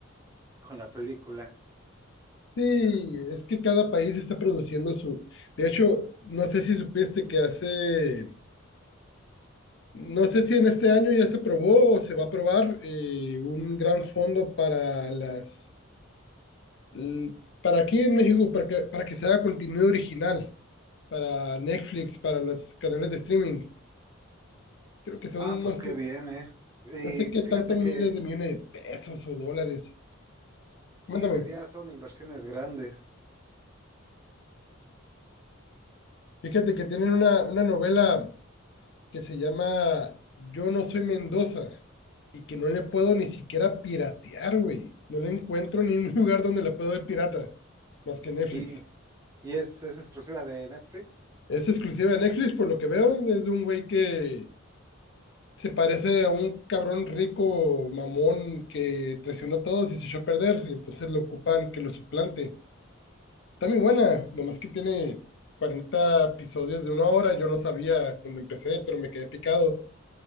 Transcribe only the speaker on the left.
Sí, es que cada país está produciendo su... De hecho, no sé si supiste que hace No sé si en este año ya se probó o se va a probar eh, un gran fondo para las, l- para aquí en México, para que, para que se haga contenido original, para Netflix, para los canales de streaming. Creo que son,
no sé,
no sé qué
tantos
miles de millones de pesos o dólares.
Cuéntame,
fíjate que tienen una, una novela que se llama Yo no soy Mendoza y que no le puedo ni siquiera piratear, güey. No le encuentro ningún <laughs> lugar donde la puedo ver pirata, más que Netflix.
Es exclusiva de Netflix, por lo que veo. Es de un güey que se parece a un cabrón rico, mamón, que traicionó a todos y se echó a perder. Entonces lo ocupan que lo suplante. Está muy buena, nomás que tiene 40 episodios de una hora. Yo no sabía cuando empecé, pero me quedé picado.